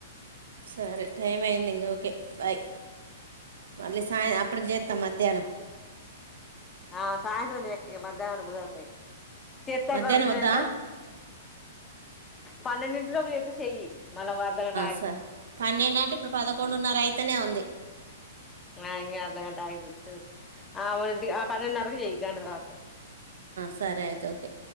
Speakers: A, on the right; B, on the left.
A: సరే టైం అయింది ఇంగ ఓకే బాయ్ మళ్ళీ సాయ అప్పటికి జెత్త మధ్యాహ్నం
B: ఆ సాయంత్రం ఎక్క మధ్యాహ్నడు బుధత చెత్తాంగా
A: మధ్యాహ్నం వద్దా
B: ఎంత పన్నెండింటిలోపు ఎప్పి చెయ్యి మళ్ళ ఒక అర్ధగంట
A: సర పన్నెండు అంటే ఇప్పుడు
B: ఆగి
A: పదకొండున్నర అయితేనే ఉంది
B: ఆ ఇం అర్ధగంట ఆగి జుత్తే ఆ పన్నెండున్నరకు చెయ్య గంట తర్వాత
A: సరే అయితే ఓకే